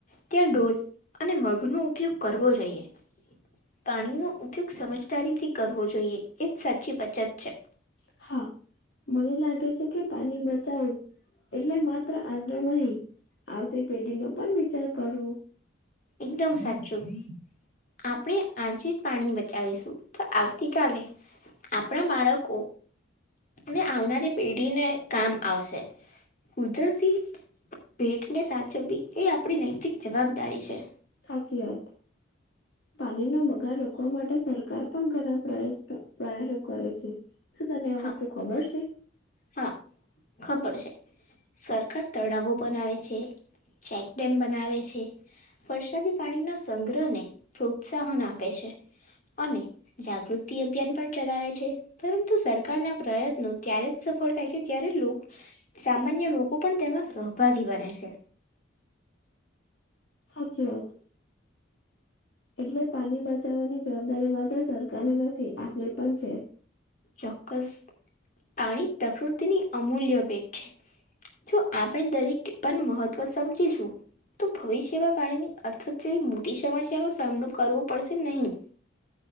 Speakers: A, on the left; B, on the left.
A: ત્યાં ડૉલ અને મગનો ઉપયોગ કરવો જોઈએ. પાણીનો ઉપયોગ સમજદારીથી કરવો જોઈએ એજ સાચી બચત છે.
B: હા. મને લાગે છે કે પાણી બચાવો એટલે માત્ર આજનો નહીં. આવ તી પેઢીનો પણ વિચાર કરવું
A: એકદમ સાચું. આપણે આજે પાણી બચાવીશું તો આવતીકાલે આપણા બાળકો ને આવનારી પેઢીને કામ આવશે. કુદરતી ભેટને સાચવવી એ આપણી નૈતિક જવાબદારી છે.
B: સાચી રાત પાણીનો બગાડ રોકવા માટે સરકાર પણ ઘણા પ્રયાસ પ્રયાસો કરે છે. શું તને આ
A: હા
B: વસ્તુ ખબર છે.
A: હા ખબર છે. સરકાર તળાવો બનાવે છે ચેકડેમ બનાવે છે. વરસાદી પાણીના સંગ્રહ ને પ્રોત્સાહન આપે છે. અને જાગૃતિ અભિયાન પણ ચલાવે છે પરંતુ સરકારના પ્રયત્નો ત્યારે. સફળ થાય છે જ્યારે લો સામાન્ય લોકો પણ તેના સહભાગી બને છે.
B: સાચી વાત. એટલે પાની બચાવવાની જવાબદારી માત્ર સરકારની નથી આપણી પણ છે.
A: ચોક્કસ આણી પ્રક્રુતિની અમૂલ્ય ભેટ છે. જો આપણે દરેક પન મહત્વ સમજીશું. તો ભવિષ્યમાં પાણીની અથત જેવી મોટી સમસ્યા નો સામનો કરવો પડશે નહીં.